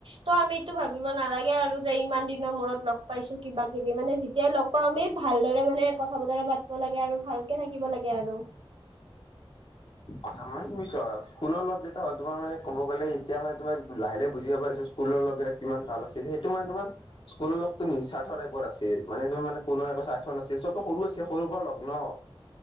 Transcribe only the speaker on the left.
কথা মানে তুমি চোৱা স্কুলৰ লগ কেইটা হ'ল তোমাৰ মানে ক'ব গ'লে এতিয়া মানে তোমাৰ লাহে লাহ বুজি পাবা দেচোন স্কুল লগ বিলাক কিমান ভাল আছিল। এইটো মানে তোমাৰ। স্কুলৰ লগতো নিজ স্বাৰ্থোৱা টাইপৰ আছিল। মানে ত মানে কোনো এক সাৰ্থোৱা নাছিল চবে সৰু আছে সৰুৰ পৰা লগ ন।